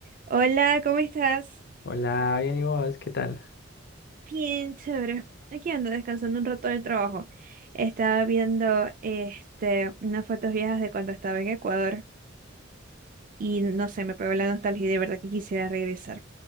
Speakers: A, on the right; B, on the left.
A: Hola, ¿cómo estás?
B: Hola, bien y vos, ¿qué tal?
A: Bien, chévere. Aquí ando descansando un rato del trabajo. Estaba viendo este, unas fotos viejas de cuando estaba en Ecuador y no sé, me pegó la nostalgia y de verdad que quisiera regresar.